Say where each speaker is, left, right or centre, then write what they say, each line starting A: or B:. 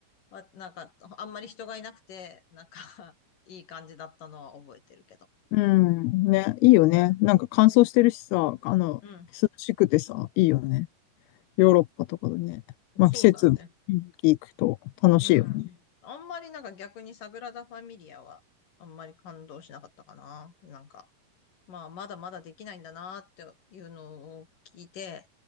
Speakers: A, on the left; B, on the left.
A: わなんか、あんまり人がいなくて、なんか <laughs> いい感じだったのは覚えてるけど。
B: うん。ね、いいよね。なんか乾燥してるしさ、あの、
A: うん、
B: 涼しくてさ、いいよね。ヨーロッパとかでね。まあ季節、
A: そうだね。
B: 行くと楽しいよね。
A: うん。あんまりなんか逆にサグラダ・ファミリアは、あんまり感動しなかったかな。なんか、まあ、まだまだできないんだなっていうのを聞いて、